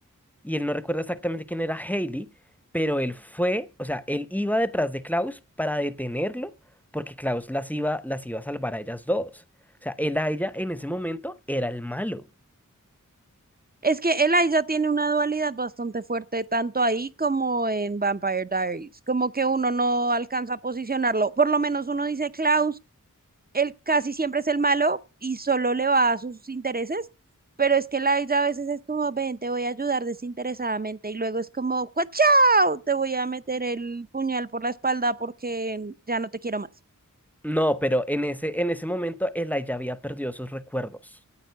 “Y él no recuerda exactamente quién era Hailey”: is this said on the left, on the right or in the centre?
Centre